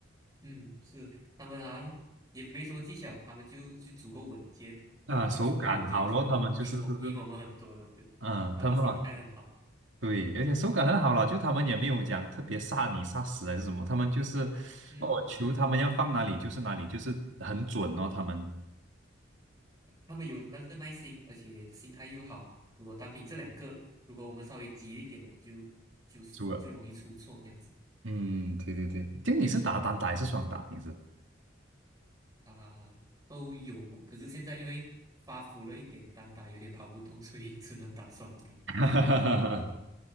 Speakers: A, on the right; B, on the right.
A: 嗯，是他们好像也没什么技巧，他们就就足够稳健，
B: 啊，
A: 就足够稳健就赢赢我赢我们很多了，
B: 手感好咯，他们就是是不是，
A: 对，
B: 嗯，
A: 他们心态很好，
B: 他们好。对，而且手感很好啦，就他们也没有讲特别杀你杀死还是什么，他们就是
A: 嗯嗯，
B: 哦球他们要放哪里就是哪里，就是很准哦，他们
A: 嗯他们有那个耐心，而且心态又好。如果单凭这两个，如果我们稍微急一点，我们就就输了，
B: 出了。
A: 就容易出错这样子
B: 嗯，对对对，就你是打单打还是双打平时？
A: 啊，都有了。可是现在因为发福了一点，单打有点跑不动，所以 <laughs> 只能打双打。
B: <laughs> 哈哈哈哈